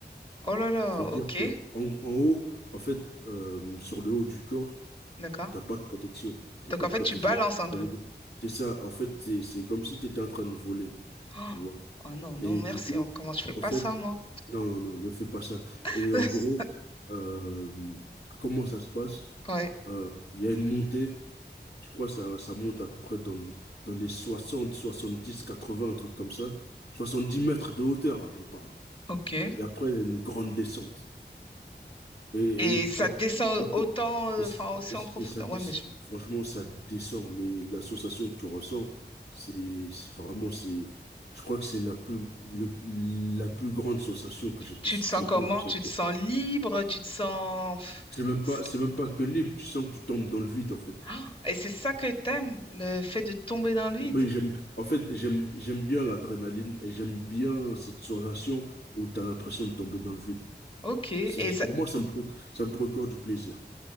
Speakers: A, on the left (about 30°); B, on the left (about 75°).
A: Oh là là,
B: C'est-à-dire
A: ok,
B: que en, en haut, en fait, euh, sur le haut du corps,
A: d'accord.
B: t'as pas de protection. T'es
A: Donc
B: pas
A: en fait,
B: protégé.
A: tu balances un peu.
B: Ça veut dire, c'est ça. En fait, c'est c'est comme si tu étais en train de voler,
A: Oh,
B: tu vois.
A: oh non, non,
B: Et
A: merci.
B: du coup,
A: Oh, Comment je fais pas
B: en fait,
A: ça, moi?
B: non, non, non, ne fais pas ça.
A: <laughs>
B: Et en gros, euh, comment ça se passe?
A: Ouais,
B: Euh, Il y a une montée. Je crois que ça, ça monte à peu près dans, le- dans les soixante, soixante-dix, quatre-vingts, un truc comme ça. 70 mètres de hauteur, hein, je parle.
A: ok.
B: Et après, il y a une grande descente. Et,
A: Et
B: et,
A: ça
B: et tout,
A: descend
B: et tout,
A: autant, euh,
B: et, ça-
A: enfin aussi
B: et ça
A: en profondeur.
B: et ça dé-
A: Ouais, mais je-
B: franchement, ça descend, mais l'association que tu ressens, c'est c'est vraiment, c'est, je crois que c'est la plus, le- la plus grande sensation que j'ai pu,
A: tu te sens
B: j'ai
A: comment?
B: pu ressentir.
A: Tu te sens libre? Tu te sens... pff,
B: C'est même
A: c'est-
B: pas, c'est même pas que libre, tu sens que tu tombes dans le vide, en fait.
A: Ah, Et c'est ça que t'aimes, le fait de tomber dans le vide.
B: Oui, j'aime, en fait, j'aime, j'aime bien l'adrénaline et j'aime bien cette sensation où tu as l'impression de tomber dans le vide.
A: Ok.
B: C'est,
A: Et ça...
B: pour moi, ça me, proc- ça me procure du plaisir.